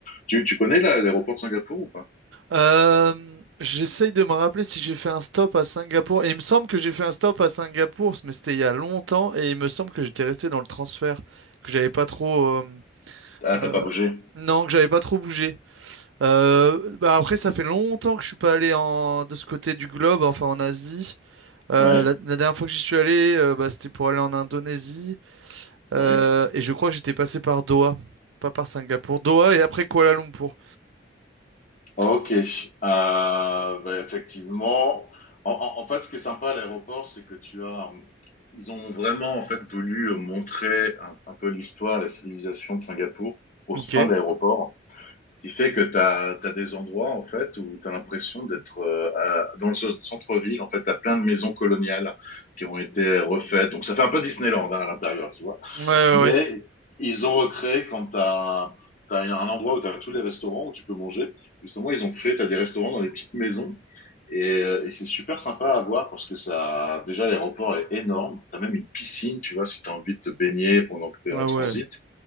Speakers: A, on the left (about 45°); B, on the right (about 85°).
A: Tu, tu connais la- l'aéroport de Singapour ou pas
B: Euh, j'essaye de me rappeler si j'ai fait un stop à Singapour. Et il me semble que j'ai fait un stop à Singapour, mais c'était il y a longtemps. Et il me semble que j'étais resté dans le transfert, que j'avais pas trop. euh,
A: Ah, t'as
B: euh,
A: pas bougé.
B: non, que j'avais pas trop bougé. Euh, bah après, ça fait longtemps que je suis pas allé en, de ce côté du globe, enfin en Asie. Euh,
A: Ouais,
B: la, la dernière fois que j'y suis allé, euh, bah, c'était pour aller en Indonésie. Euh,
A: oui.
B: et je crois que j'étais passé par Doha, pas par Singapour. Doha et après Kuala Lumpur.
A: Ok. Euh, bah, effectivement, en, en- en fait, ce qui est sympa à l'aéroport, c'est que tu as, euh, ils ont vraiment en fait voulu euh, montrer un, un peu l'histoire, la civilisation de Singapour au
B: Ok.
A: sein
B: Ouais,
A: de l'aéroport. Ce qui fait que tu as, des endroits en fait où tu as l'impression d'être euh, à- dans le ce- centre-ville. En fait, tu as plein de maisons coloniales qui ont été refaites. Donc, ça fait un peu Disneyland hein, à l'intérieur, tu vois.
B: ouais,
A: Mais
B: ouais.
A: ils ont recréé quand tu as, un endroit où tu as tous les restaurants où tu peux manger. Justement, ils ont fait, tu as des restaurants dans des petites maisons. Et, euh, et c'est super sympa à voir parce que ça, déjà, l'aéroport est énorme. Tu as même une piscine, tu vois, si tu as envie de te baigner pendant que tu
B: Ouais,
A: es en
B: ouais.
A: transit.